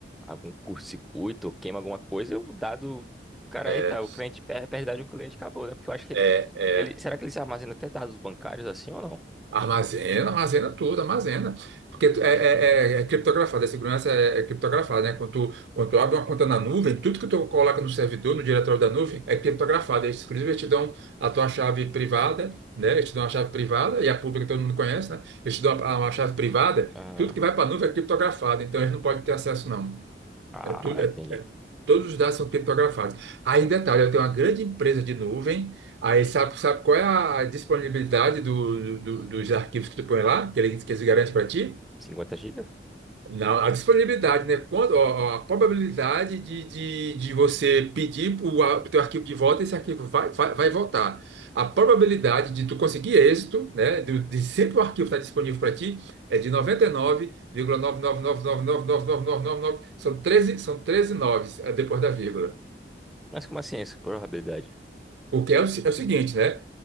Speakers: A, in the centre; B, on the right.
A: algum curto-circuito, ou queima alguma coisa, o dado, cara,
B: é,
A: aí tá, o cliente perde, perde dado de um cliente, acabou, né? Porque eu acho que
B: é.
A: ele,
B: é,
A: ele, será que ele se armazena até dados bancários assim ou não?
B: Armazena, armazena tudo, armazena. Porque tu- é, é, é- é criptografado, a segurança é, é criptografada, né? Quando tu, quando tu abre uma conta na nuvem, tudo que tu coloca no servidor, no diretório da nuvem, é criptografado. Eles, inclusive, eles te dão a tua chave privada, né? Eles te dão a chave privada, e a pública todo mundo conhece, né? Eles te dão a- uma chave privada,
A: Ah,
B: tudo que vai para a nuvem é criptografado, então eles não podem ter acesso, não.
A: ah,
B: É tudo, é-
A: entendi.
B: é- todos os dados são criptografados. Aí, detalhe, eu tenho uma grande empresa de nuvem, aí sabe, sabe qual é a disponibilidade do, do- dos arquivos que tu põe lá, que eles, que eles garantem para ti?
A: cinquenta gigas?
B: Não, a disponibilidade, né? Quando, ó, ó, a probabilidade de, de, de você pedir o teu arquivo de volta, esse arquivo vai, vai, vai voltar. A probabilidade de tu conseguir êxito, né? De, de sempre o arquivo estar disponível para ti, é de 99,999999999. São treze são treze noves é, depois da vírgula.
A: Mas como assim isso? Probabilidade.
B: O que é o, se- é o seguinte, né?